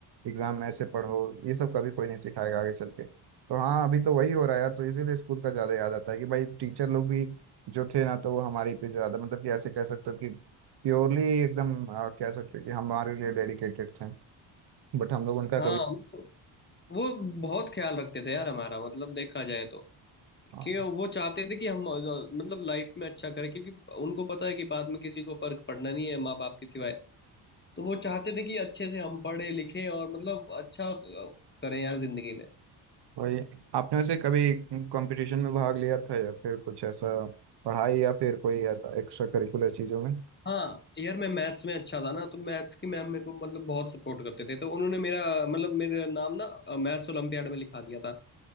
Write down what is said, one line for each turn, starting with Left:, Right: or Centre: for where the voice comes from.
Right: एग्जाम में ऐसे पढ़ो ये सब कभी कोई नहीं सिखाएगा आगे चल के तो हाँ अभी तो वही हो रहा है यार तो इसीलिए स्कूल का ज़्यादा याद आता है कि भाई टीचर लोग भी जो थे ना तो वो हमारे पे ज़्यादा मतलब कि ऐसे कह सकते हो कि प्योरली एकदम आ, कह सकते हैं कि हमारे लिए डेडिकेटेड थे बट हम लोग उनका
Left: हाँ
Right: कभी
Left: वो वो बहुत ख्याल रखते थे यार हमारा मतलब देखा जाए तो
Right: हाँ,
Left: क्योंकि वो चाहते थे कि हम अ, मतलब लाइफ में अच्छा करें क्योंकि उनको पता है कि बाद में किसी को फर्क पड़ना नहीं है माँ बाप के सिवाय तो वो चाहते थे कि अच्छे से हम पढ़े लिखे और मतलब अच्छा अ, करें यार जिंदगी में
Right: वही आपने वैसे कभी कंपटीशन में भाग लिया था या फिर कुछ ऐसा पढ़ाई या फिर कोई ऐसा एक्स्ट्रा करिकुलर चीजों में
Left: हाँ यार मैं मैथ्स में अच्छा था ना तो मैथ्स की मैम मेरे को मतलब बहुत सपोर्ट करते थे तो उन्होंने मेरा मतलब मेरा नाम ना मैथ्स ओलंपियाड में लिखा दिया था